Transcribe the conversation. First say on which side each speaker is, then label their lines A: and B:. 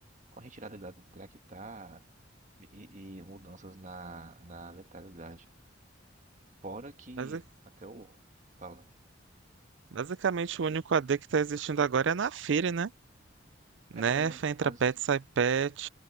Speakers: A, on the right; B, on the right.
A: Com a retirada da track tá e, e mudanças na, na letalidade. Fora que
B: Basi-
A: até o fala.
B: basicamente o único AD que tá existindo agora é na Fire, né?
A: É,
B: Nerf,
A: é,
B: entra
A: mas
B: pet, sai pet,